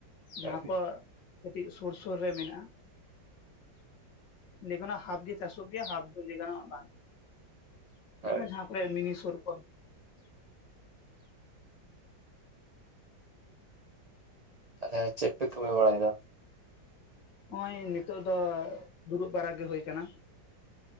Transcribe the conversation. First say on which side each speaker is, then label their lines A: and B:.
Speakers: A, on the left; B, on the right.
A: ᱡᱟᱦᱟᱸ
B: ᱦᱳᱭ
A: ᱠᱚᱼᱼ ᱠᱟᱹᱴᱤᱡ ᱥᱳᱨ ᱥᱳᱨ ᱨᱮ ᱢᱮᱱᱟᱜ-ᱟ ᱤᱱᱮ ᱠᱷᱚᱱᱟᱜ ᱦᱟᱯ ᱜᱮᱼᱼ ᱪᱟᱥᱚᱜ ᱜᱮᱭᱟ ᱦᱟᱯᱷ ᱫᱚᱭ ᱞᱮᱭᱜᱟᱱᱚᱜ-ᱟ ᱵᱟᱝ
B: ᱦᱳᱭ
A: ᱡᱟᱦᱟᱸ ᱠᱚᱨᱮ ᱢᱤᱱᱤ ᱥᱳᱨ ᱠᱚ
B: ᱛᱟᱦᱞᱮ ᱪᱮᱫ ᱯᱮ ᱠᱟᱢᱤ ᱵᱟᱲᱟᱭᱮᱫᱟ?
A: ᱱᱚᱜ-ᱚᱭ ᱱᱤᱛᱚᱜ ᱫᱚ ᱫᱩᱲᱩᱵ ᱵᱟᱲᱟ ᱜᱮ ᱦᱳᱭ ᱠᱟᱱᱟ᱾